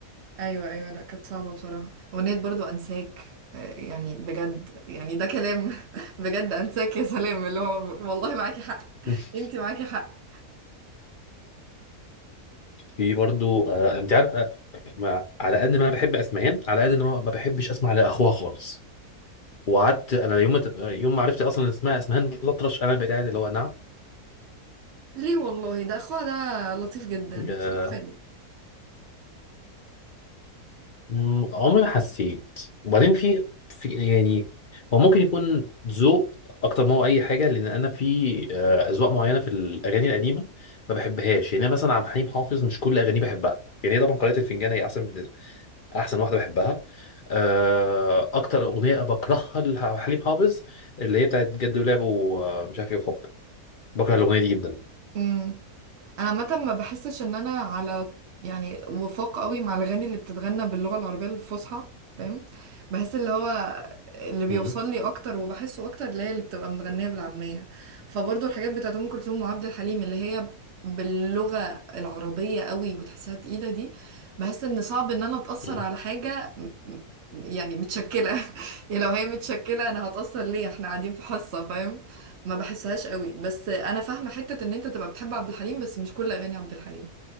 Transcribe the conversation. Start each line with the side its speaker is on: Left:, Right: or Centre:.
Right: ايوه ايوه لا كانت صعبه بصراحه اغنيه برضو انساك آه، يعني بجد يعني ده كلام <laughs> بجد انساك يا سلام اللي هو والله معاكي حق
Left: <laughs>
Right: انتي معاكي حق
Left: في برضو آه انت عارف آه ما على قد ما انا بحب اسمهان على قد ان انا ما بحبش اسمع لاخوها خالص وقعدت انا يوم ما ت- يوم ما عرفت اصلا إن اسمها اسمهان الأطرش انا بقيت قاعد اللي هو
Right: ليه والله ده اخوها ده لطيف جدا
Left: نعم
Right: صوته
Left: مم، عمري ما حسيت وبعدين في في يعني هو ممكن يكون ذوق اكتر ما هو اي حاجه لان انا في آه، اذواق معينه في الاغاني القديمه ما بحبهاش يعني أنا مثلا عبد الحليم حافظ مش كل اغانيه بحبها يعني هي طبعا قارئة الفنجان هي احسن بالنسبه احسن واحده بحبها آه، اكتر اغنيه بكرهها لعبد الحليم حافظ اللي هي بتاعت جد ولعب ومش عارف ايه وحب بكره الاغنيه دي جدا
Right: حلو انا عامه ما بحسش ان انا على يعني وفاق قوي مع الاغاني اللي بتتغنى باللغه العربيه الفصحى فاهم بحس اللي هو اللي بيوصل
Left: مم،
Right: لي اكتر وبحسه اكتر اللي هي اللي بتبقى متغنيه بالعاميه فبرضه الحاجات بتاعت ام كلثوم وعبد الحليم اللي هي باللغه العربيه قوي وتحسها تقيله دي بحس ان صعب ان انا اتاثر
Left: مم.
Right: على حاجه م- م- يعني متشكله <laughs> يعني لو هي متشكله انا هتاثر ليه احنا قاعدين في حصه فاهم ما بحسهاش قوي بس انا فاهمه حته ان انت تبقى بتحب عبد الحليم بس مش كل اغاني عبد الحليم